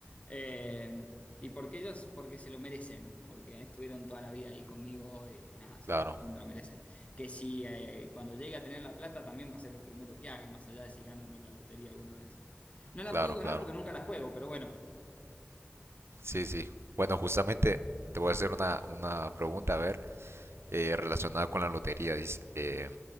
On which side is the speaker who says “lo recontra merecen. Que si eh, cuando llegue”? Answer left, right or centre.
Left